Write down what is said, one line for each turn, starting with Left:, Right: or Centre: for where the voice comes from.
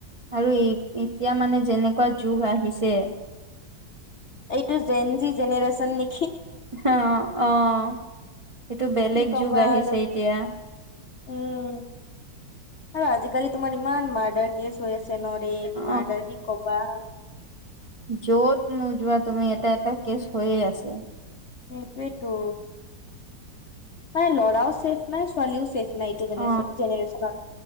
Right: আৰু ই', এতিয়া মানে যেনেকুৱা যুগ আহিছে-
Left: এইটো জেন-জি জেনৰেচন নে
Right: অহ, অহ। এইটো বেলেগ
Left: কি কবা
Right: যুগ আহিছে
Left: আৰু
Right: এতিয়া।
Left: উম, আৰু আজিকালি তোমাৰ ইমান মাৰ্ডাৰ কেছ হৈ আছে ন ৰেপ,
Right: অ
Left: মাৰ্ডাৰ কি কবা।
Right: য'ত নোযোৱা তুমি এটা, এটা কেচ হৈয়ে আছে।
Left: সেইটোৱেইেতো। নাই ল'ৰাও ছেফ নাই ছোৱালীও ছেফ নাই এইটো
Right: অ
Left: জেনেৰেচনত।